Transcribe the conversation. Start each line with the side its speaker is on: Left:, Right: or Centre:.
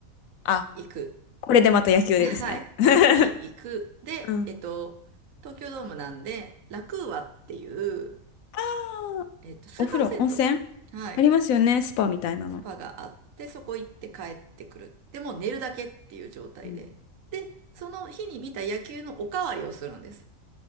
Left: あ、
Right: 行く
Left: これでまた野球ですね。
Right: <laughs> はい。
Left: <laughs>
Right: 野球見に行く。で、
Left: うん。
Right: えっと、東京ドームなんで、ラクーアっていう、
Left: ああ、
Right: えっと、スーパー銭
Left: お風呂、温泉
Right: 湯。はい。
Left: ありますよね、スパみたいなの。
Right: スパがあって、そこ行って帰ってくる。で、もう寝るだけっていう状態で。
Left: うん。
Right: で、その日に見た野球のおかわりをするんです。